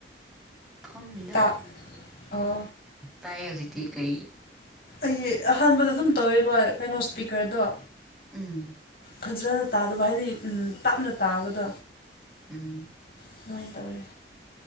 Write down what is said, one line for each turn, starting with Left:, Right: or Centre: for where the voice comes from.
Centre: ꯐꯝꯃꯤꯗ
Left: ꯇꯥ ꯑꯣ
Centre: ꯇꯥꯏ ꯍꯧꯖꯤꯛꯇꯤ ꯀꯔꯤ
Left: ꯑꯩꯒꯤ ꯑꯍꯥꯟꯕꯗ ꯑꯗꯨꯝ ꯇꯧꯋꯦꯕ ꯀꯩꯅꯣ ꯏꯁꯄꯤꯀꯔꯗꯣ
Centre: ꯎꯝ
Left: ꯐꯖꯅ ꯇꯥꯗꯕ ꯍꯥꯏꯗꯤ ꯇꯥꯞꯅ ꯇꯥꯕꯗꯣ
Centre: ꯎꯝ
Left: ꯑꯗꯨꯃꯥꯏꯅ ꯇꯧꯋꯤ